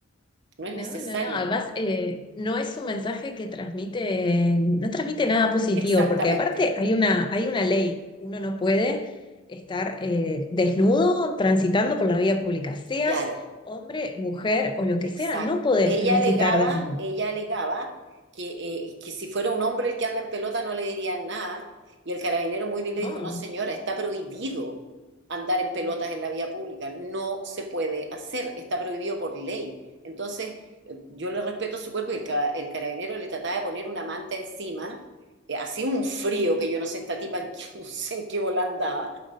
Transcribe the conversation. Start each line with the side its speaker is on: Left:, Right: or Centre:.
Right: no es
Left: No,
Right: necesario.
Left: no, no. Además, eh, no es un mensaje que transmite, no transmite nada positivo,
Right: Exactamente,
Left: porque aparte hay una, hay una ley. Uno no puede estar eh, desnudo transitando por la vía pública, seas
Right: claro.
Left: hombre, mujer o lo que
Right: Exacto.
Left: sea, no podés
Right: Ella
Left: transitar
Right: alegaba,
Left: desnudo.
Right: ella alegaba que, eh, que si fuera un hombre el que anda en pelota no le dirían nada. Y el carabinero muy bien le dijo,
Left: No,
Right: no señora, está prohibido andar en pelotas
Left: claro.
Right: en la vía pública. No se puede hacer, está prohibido por ley. Entonces, eh, yo le respeto su cuerpo y el, ca- el carabinero le trataba de poner una manta encima. Eh, hacía un frío que yo no sé esta tipa en qué, <laughs> no sé en qué bola andaba